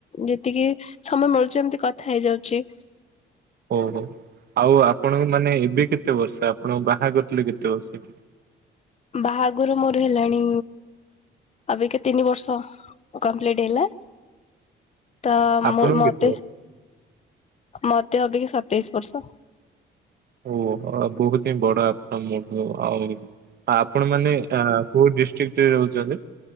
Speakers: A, on the left (about 35°); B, on the right (about 55°).
A: ଯେତିକି ସମୟ ମିଳୁଛି ଏମିତି କଥା ହେଇଯାଉଛି।
B: ଓହୋ ଆଉ ଆପଣଙ୍କୁ ମାନେ ଏବେ କେତେ ବର୍ଷ ଆପଣ ବାହା କରିଥିଲେ କେତେ ବର୍ଷ ରେ?
A: ବାହାଘର ମୋର ହେଲାଣି ଅବିକା ତିନି ବର୍ଷ କମ୍ପ୍ଲିଟ ହେଲା। ତ ମୁ
B: ଆପଣଙ୍କୁ
A: ମତେ
B: କେତେ ବର୍ଷ
A: ମତେ ଅବିକା ସତେଇଶ ବର୍ଷ।
B: ଓ ବୋହୁତ ହିଁ ବଡ ଆପଣ ମୋଠୁ ଆଉ ଆପଣ ମାନେ ଅ କୋଉ ଡିଷ୍ଟ୍ରିକ ରେ ରହୁଛନ୍ତି?